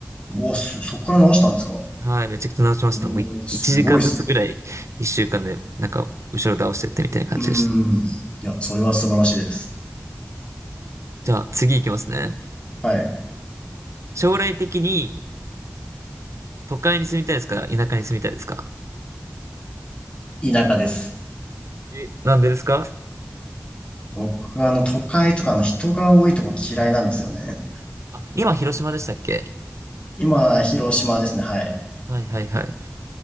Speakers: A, on the left; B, on the right.
A: うわ、すそっから直したんですか
B: はい、めちゃくちゃ直しました。
A: おー、
B: もうい1時間ずつぐらい、
A: すごいっす。
B: 1週間で、なんか、後ろ倒してってみたいな感じでした。
A: うーん。いや、それは素晴らしいです。
B: じゃあ、次行きますね。
A: はい。
B: 将来的に、都会に住みたいですか田舎に住みたいですか
A: 田舎です。
B: え、なんでですか
A: 僕はあの、都会とかあの、人が多いとこ嫌いなんですよね。
B: あ、今、広島でしたっけ
A: 今、広島ですね。はい。
B: はいはいはい。